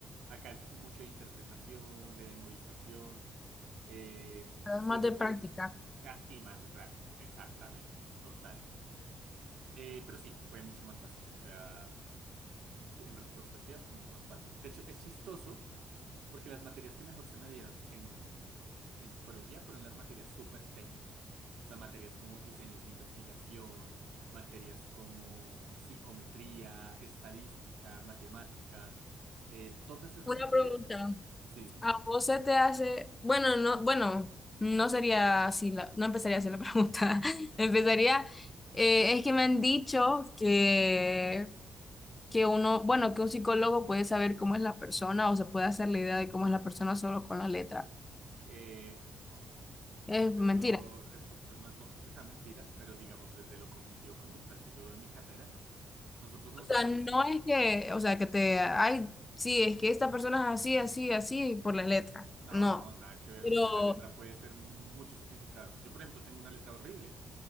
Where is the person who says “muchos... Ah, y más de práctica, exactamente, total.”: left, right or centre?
Right